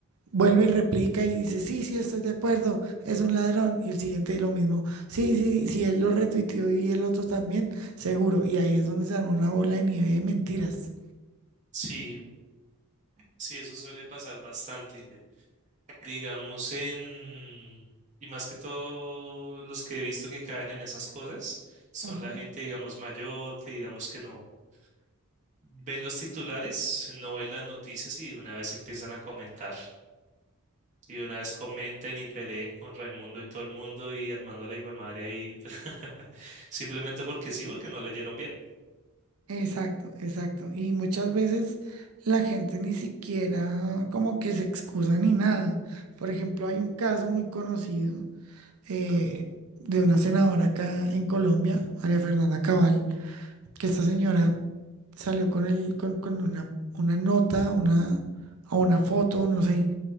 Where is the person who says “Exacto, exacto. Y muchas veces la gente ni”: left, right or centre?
Right